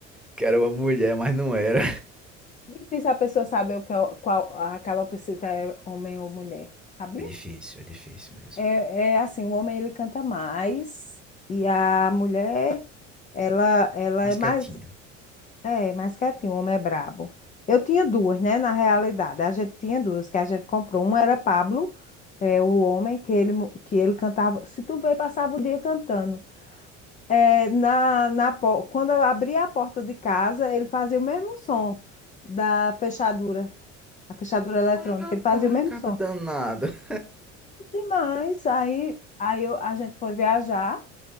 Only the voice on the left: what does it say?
Difícil a pessoa saber o que é, o- qual a calopsita é homem ou mulher, sabia?
É, é assim, o homem ele canta mais e a mulher ela, ela
é mais.
É, mais quietinho, o homem é brabo. Eu tinha duas, né? Na realidade, a gente tinha duas que a gente comprou. Um era Pablo, é, o homem que ele, mo- que ele cantava. Se tu vê, passava o dia cantando. É, na, na, po- quando eu abria a porta de casa, ele fazia o mesmo som da fechadura, a fechadura eletrônica.
Ele fazia o mesmo
som.
Demais. Aí, aí eu- a gente foi viajar.